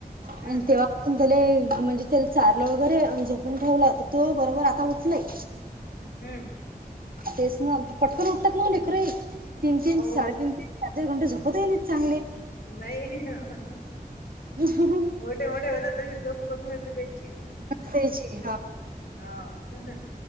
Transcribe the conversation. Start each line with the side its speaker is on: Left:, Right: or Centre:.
Left: हम्म
Right: आणि तेव्हा. प त्याला म्हणजे त्याला चारलं वगैरे झोपून ठेवला तर तो बरोबर आता उठंलाय.
Left: हम्म.
Right: तेच ना पटकन उठतात ना लेकरही तीन
Left: हो
Right: तीन
Left: हो
Right: साडेतीन तीन रात्री घंटे झोपत ये नाहीत चांगले.
Left: नाही ना हह
Right: हं हंहं.
Left: मोठे मोठे होते तशी झो कमी होते त्यांची
Right: त्याची
Left: हा हं